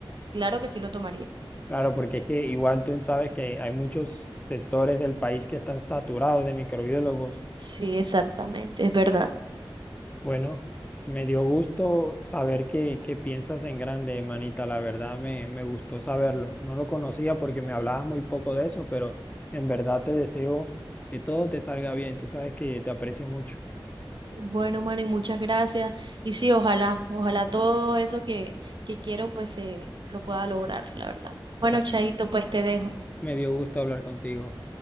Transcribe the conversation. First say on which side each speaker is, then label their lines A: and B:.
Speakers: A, on the right (about 60°); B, on the left (about 15°).
A: Claro que sí lo tomaría.
B: Claro, porque es que igual tú sabes que hay muchos sectores del país que están saturados de microbiólogos
A: Sí, exactamente, es verdad.
B: Bueno, me dio gusto saber que, que piensas en grande, manita. La verdad me, me gustó saberlo. No lo conocía porque me hablabas muy poco de eso, pero en verdad te deseo que todo te salga bien. Tú sabes que te aprecio mucho.
A: Bueno, Manny, muchas gracias. Y sí, ojalá, ojalá todo eso que, que quiero, pues eh, lo pueda lograr, la verdad. Bueno,
B: Ah,
A: Chaito, pues te dejo.
B: Me dio gusto hablar contigo.